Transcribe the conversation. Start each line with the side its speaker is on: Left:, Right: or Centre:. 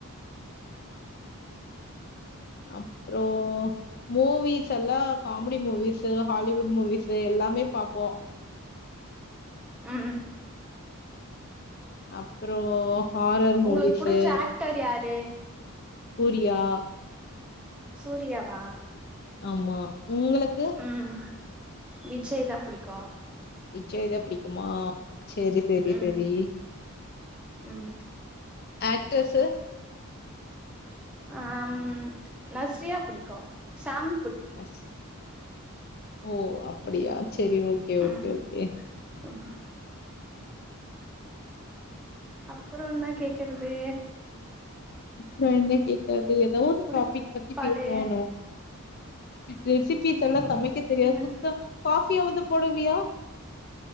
Left: அப்றோ மூவிஸ் எல்லா காமெடி மூவிசு ஹாலிவுட் மூவிசு எல்லாமே பாப்போ
Centre: ம் ம்
Left: அப்றோ ஹாரர் மூவிசு
Centre: உங்களுக்கு புடிச்ச ஆக்டர் யாரு
Left: சூரியா
Centre: சூர்யாவா
Left: ஆமா உங்களுக்கு
Centre: ம் விஜய் தா புடிக்கு
Left: விஜய் தா பிடிக்குமா சேரி சேரி
Centre: ம்
Left: சேரி
Centre: ம்
Left: ஆக்டர்ஸு
Centre: ஆம் நஸ்ரியா புடிக்கு சேம்
Left: நஸ் ஓ அப்படியா சேரி ஓகே
Centre: ம்
Left: ஓகே ஓகே
Centre: ம் அப்றோ என்ன கேக்குறது
Left: அப்றோ என்ன கேக்கறது ஏதாவது
Centre: புடி
Left: டாபிக் பத்தி
Centre: பாடு
Left: பேசுவோனா ரெசிபிஸ் எல்லா
Centre: உனக்கு
Left: சமைக்க தெரியா சுத்தோ காஃபியாது போடுவியா